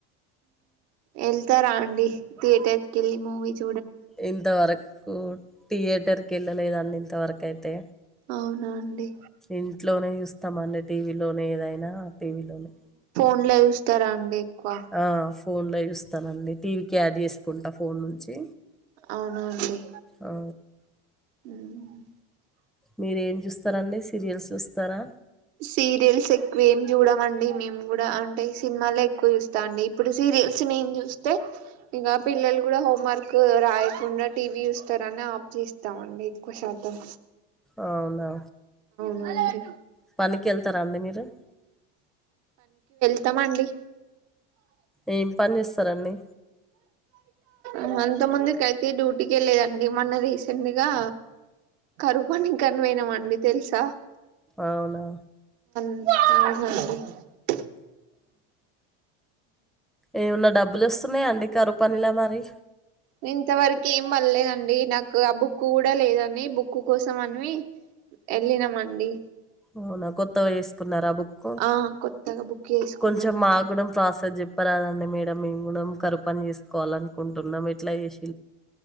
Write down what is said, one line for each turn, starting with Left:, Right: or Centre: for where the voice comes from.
Right: వెళ్తారా అండి థియేటర్కి వెళ్లి మూవీ చు
Centre: ఇంతవరకు థియేటర్ కి వెళ్ళలేదండి ఇంతవరకు అయితే
Right: అవునా అండి
Centre: ఇంట్లోనే స్తామ అండి టీవీలోనే ఏదైనా టీవీలోనే
Right: <unintelligible> తారా అండి ఎక్కువ
Centre: ఆ! ఫోన్లో చూస్ స్తానండి టీవీకి యాడ్ చేసుకుంటా ఫోన్ నుంచి
Right: అవునా అండి
Centre: అ
Right: మ్మ్
Centre: మీరు ఏం చూస్తారండి సీరియల్స్ చూస్తారా
Right: సీరియల్స్ ఎక్కువ ఏం జూడమండి మేం గుడా. అంటే సినిమాలే ఎక్కువ చూస్తా అండి, ఇప్పుడు సీరియల్స్ మేం చూస్తే, ఇగ పిల్లలు కూడా హోమ్వర్క్ రాయకుండా టీవీ చూస్తారని ఆఫ్ చేస్తామండి. ఎక్కువ శాతం
Centre: అవునా
Right: మొండి
Centre: పనికి ఎళ్తారా అండి మీరు
Right: త్త మండి
Centre: ఏం పని చేస్తరండి
Right: అమంత ముందుకైతే డ్యూటీకి వెళ్ళేదండి మొన్న రీసెంట్ గా కరు పని కని వోయినాం అండి తెలుసా
Centre: అవునా
Right: <unintelligible>
Centre: ఏమన్నా డబ్బులు వస్తున్నయా అండి కరువు పనిలా మరి
Right: ఇంతవరకీ ఏం పడ్లేదండి నాకు ఆ బుక్కు కూడా లేదని బుక్కు కోసం అన్వి ఎళ్ళినాం అండి
Centre: అవునా కొత్తగా చేసుకున్నారా బుక్కు.
Right: ఆ కొత్తగా బుక్ చేసుకున్నామండి
Centre: కొంచెం మాగ్గూడం ప్రాసెస్ చెప్పరాదండి మేడం మేం గూడం కరుపని చేసుకోవాలనుకుంటున్నం. ఎ ట్లా చేశ్